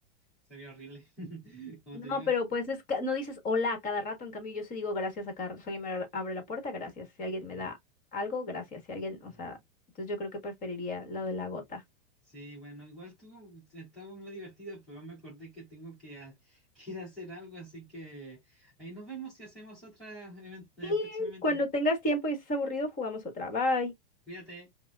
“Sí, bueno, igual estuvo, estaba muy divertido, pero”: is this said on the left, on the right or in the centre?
Centre